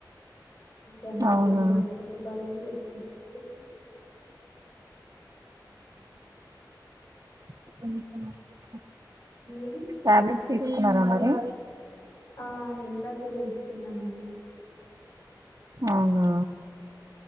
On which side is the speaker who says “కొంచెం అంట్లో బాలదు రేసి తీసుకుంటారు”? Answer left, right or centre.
Left